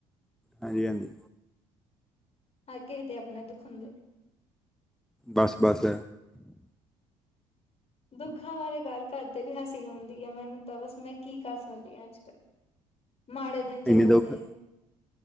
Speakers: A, in the centre; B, on the left (about 35°).
A: ਹਾਂਜੀ-ਹਾਂਜੀ।
B: ਹਾਂ, ਕਿਸੇ ਦੇ ਆਪਣੇ ਦੁਖ ਹੁੰਦੇ।
A: ਬਸ-ਬਸ,
B: ਦੁੱਖਾਂ ਬਾਰੇ ਗੱਲ ਘਰਦੇ ਵੀ ਹਸੀ ਹੁੰਦੀ ਆ, ਮੈਨੂੰ ਤਾਂ ਬਸ ਮੈਂ ਕੀ ਕਰ ਸਕਦੀ ਹਾਂ ਅੱਜ-ਕੱਲ ਮੇ ਦਿਨ
A: ਇੰਨੇ
B: ਚਲਦੇ‌
A: ਦੁੱਖ
B: ਆ।